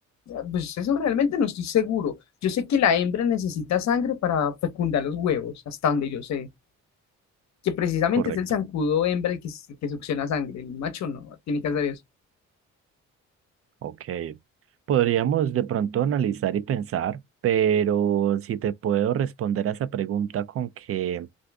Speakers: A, on the left; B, on the right.
A: Ah, Pues eso realmente no estoy seguro. Yo sé que la hembra necesita sangre para fecundar los huevos, hasta donde yo sé. que precisamente
B: Correcto.
A: es el zancudo hembra el que, s- que succiona sangre, el macho no tiene que hacer eso.
B: Ok, podríamos de pronto analizar y pensar, pero si te puedo responder a esa pregunta con que